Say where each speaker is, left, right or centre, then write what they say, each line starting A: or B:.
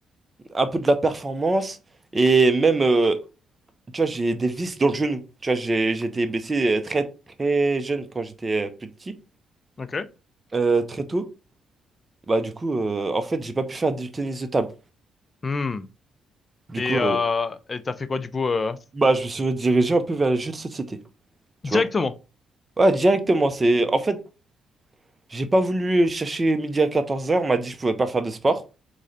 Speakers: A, on the right; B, on the left.
A: un peu de la performance. Et même, euh, tu vois, j'ai des vis dans le genou. Tu vois, j'ai j'ai été blessé euh, très, très jeune quand j'étais euh, plus petit,
B: Ok.
A: euh, très tôt. Bah, du coup, euh, en fait, j'ai pas pu faire du tennis de table.
B: Hmm.
A: Du
B: Et
A: coup, euh,
B: euh, et t'as fait quoi du coup euh...
A: Bah, je me suis redirigé un peu vers les jeux de société,
B: Directement.
A: tu vois. Ouais, directement, c'est... En fait, j'ai pas voulu chercher midi à 14h, on m'a dit que je pouvais pas faire de sport.